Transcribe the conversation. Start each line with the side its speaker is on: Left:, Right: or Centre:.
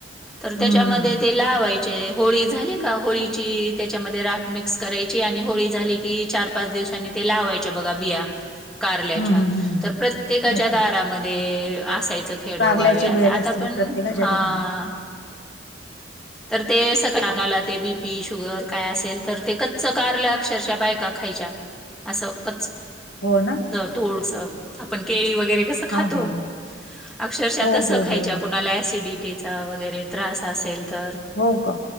Centre: तर
Left: हम्म
Centre: त्याच्यामध्ये ते लावायचे, होळी झाली का होळीची त्याच्यामध्ये राख मिक्स करायची आणि होळी झाली की चार पाच दिवसांनी ते लावायच्या बघा बिया कारल्याच्या,
Left: हम्म हम्म हम्म
Centre: तर प्रत्येकाच्या
Left: अच्छा
Centre: दारामध् ध्ये असायचं खेडोगावी
Left: कारल्याच्या
Centre: आता
Left: वेल
Centre: आता
Left: असतील
Centre: पण
Left: प्रत्येकाच्या
Centre: हा.
Left: ठिकाणी
Centre: तर ते <unintelligible> ते बीपी शुगर काय असेल तर ते कच्च कारलं अक्षरशः बायका खायच्या. असं कच्च
Left: हो ना?
Centre: अ तुळस अ आपण केळी वगैरे असं खातो,
Left: हा हा हा
Centre: अक्षरशः
Left: हो
Centre: तसं
Left: हो
Centre: खायच्या
Left: हो
Centre: कुणाला ऍसिडी टीचा वगैरे त्रास असेल तर.
Left: हो का?